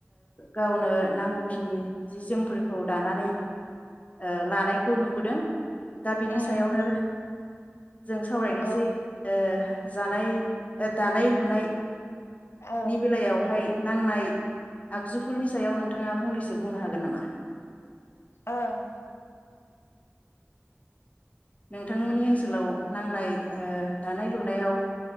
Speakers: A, on the left; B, on the left.
A: गावनो। ओ नांगौखिनि जि जोमफोरखौ दानानै ओ लानायखौ नुबोदों। दा बिनि
B: उम
A: सायावनो जों सावरायनोसै
B: नंगौ
A: ओ जानाय ओ दानाय लुनाय
B: ओं
A: नि बेलायावहाय। नांनाय आगजुफोरनि सायाव नोंथाङा फंनैसो बुंनो हागोन नामा?
B: ओं।
A: नोंथांमोननि ओनसोलाव नांनाय ओ दानाय लुनायाव